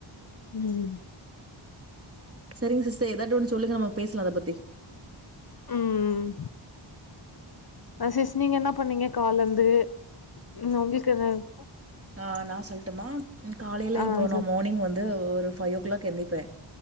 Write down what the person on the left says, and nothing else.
ம்
ம் ஆ சிஸ் நீங்க என்ன பண்ணீங்க கால்லெந்து ம் உங்ளுக்கு எதாவது
ஆ
சரி